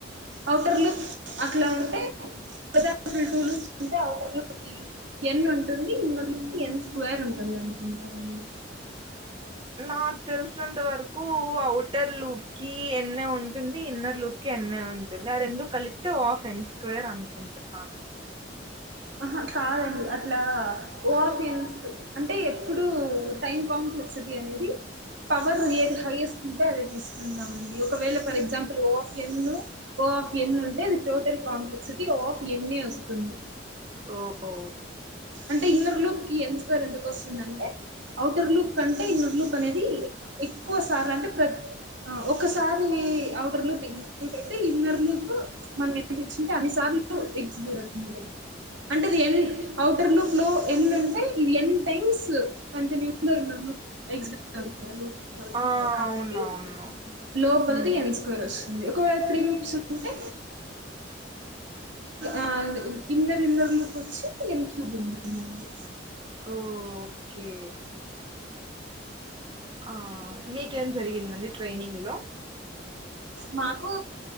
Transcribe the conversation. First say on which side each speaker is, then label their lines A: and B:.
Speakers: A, on the right; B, on the right.
A: అఔటర్ లుక్ అట్లా ఉంటే <unintelligible> ఎన్ ఉంటుంది ఇన్నర్లోకి ఎన్ స్క్వేర్ ఉంటుందనుకుంటానాండి.
B: <inaudible> నాక్ తెలిసినంత వరకు ఔటర్ లుప్కి ఎన్నె ఉంటుంది ఇన్నర్ లుప్కి. ఎన్నె ఉంటుంది ఆ రెండు కలిపితే ఆఫ్ ఎన్ స్క్వేర్ అనుకుంటున్నానండి.
A: ఆహా కాదండి అట్లా ఓ ఆఫ్ యన్స్త్ అంటే ఎప్పుడు టైం కాం. ఓ ఏక్సిటీ అనేది పవర్ ఏది హైయెస్ట్ ఉంటే అదే తీసుకుంటామండి ఒకవేళ for example O. O of n, O of n ఉంటే అది టోటల్ కాంప్లెక్సిటీ ఓ ఆఫ్ ఎన్నే వస్తుంది.
B: ఓఓ.
A: అంటే ఇన్నర్ లుప్కి ఎన్ స్క్వెర్ ఎందుకొసుందంటే అఔటర్ లుప్ కంటే ఇన్నర్ లుప్ అనేది,. ఎక్క్ ఎక్కువ సార్లంటే ప్రత్. ఆ ఒకసారి ఔటర్ లోప్ ఎగ్జిక్యూట్ అయితే ఇన్నర్ లోపు మనం ఏం తెచ్చింటే అన్ని సార్లు ఎగ్జిక్యూట్ అవుతుంది కదా అంటే అది ఎండ్ లుక్ లో ఎండ్ ఉంటే ఇది ఎన్ టైమ్స్ కంటిన్యూ ఎక్సైట్ అవుతాది
B: ఆ
A: కాబట్టి
B: అవునవును
A: లోపలది
B: మ్మ్.
A: ఎన్ స్క్వేర్ వచ్చింది. ఒకవేళ త్రీ మిక్స్ ఉంటే ఆ ఇన్నర్ ఇన్నర్ లుక్ వచ్చి ఎన్ క్యూబ్ ఉంటుంది. అ <inaudible>
B: ఓ ఓకే ఆ మీకేం జరిగిందండి ట్రైనింగ్ లో
A: మాకు